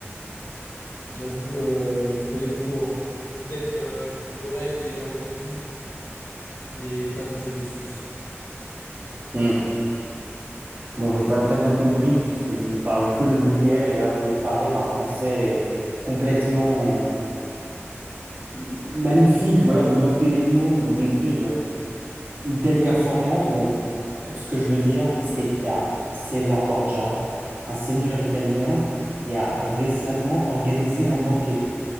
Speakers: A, on the left; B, on the right.
A: J'avoue, euh, vous me prenez de court. Peut-être euh, l'aurais-je déjà entendu, mais pas que je ne suce.
B: Hmm. Bon, j'ai pas très bien compris puisque je ne parle que le vulgaire et là vous me parlez d'un français complètement euh, magnifique. Voilà, vous m'ôtez les mots pour décrire euh, une telle performance. Bon, euh, ce que je veux dire, c'est qu'il y a César Borgia, un seigneur italien qui a récemment organisé un banquet.